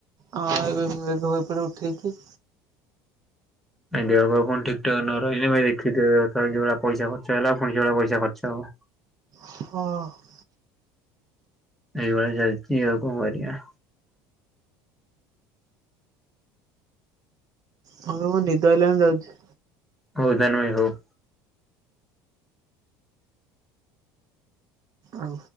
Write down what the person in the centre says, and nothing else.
ଭାଇ ଦେହ ପାହା ଠିକଠାକ ନ ରହିଲେ ଭାଇ ଦେଖିଥା ଯେଉଭଳି ପଇସା ଖର୍ଚ ହେଲା ପୁଣି ସେଇଭଳି ପଇସା ଖର୍ଚ୍ଚ ହବ।
ଏଇଭଳି ଚାଲିଛି ଆଉ କଣ କରିିବା?
ହଉ ତାହେଲେ ଭାଇ ହୋଉ।